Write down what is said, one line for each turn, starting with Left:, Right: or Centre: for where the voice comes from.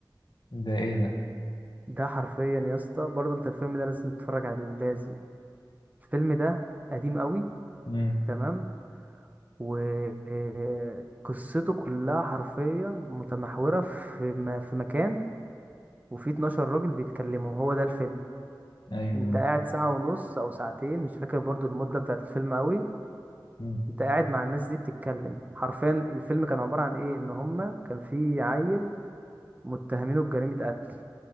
Left: ده ايه ده
Right: ده حرفيا يا اسطى برضه انت الفيلم ده لازم تتفرج عليه لازم الفيلم ده قديم قوي
Left: مم.
Right: تمام وقصته كلها حرفيا متمحورة في م- في مكان وفي 12 راجل بيتكلموا هو ده الفيلم
Left: ايوه
Right: انت قاعد ساعة ونص او ساعتين مش فاكر برضو المدة بتاعت الفيلم قوي
Left: مم.
Right: انت قاعد مع الناس دي بتتكلم حرفيا الفيلم كان عبارة عن ايه ان هما كان في عيل متهمينه بجريمة قتل